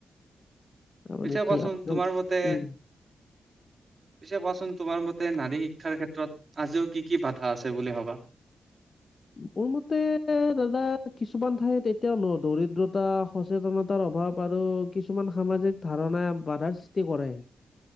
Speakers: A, on the left; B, on the right.
A: অ
B: পিছে
A: নিঠি
B: কোৱাচোন
A: আপ,
B: তোমাৰ মতে
A: উম।
B: পিছে কোৱাচোন তোমাৰ মতে নাৰী শিক্ষাৰ ক্ষেত্ৰত আজিও কি কি বাধা আছে বুলি ভাবা?
A: মোৰ মতে দাদা কিছুমান ঠাইত এতিয়াও ন' দৰিদ্ৰতা সচেতনতাৰ অভাৱ আৰু কিছুমান সামাজিক ধাৰণাই বাধাৰ সৃষ্টি কৰে।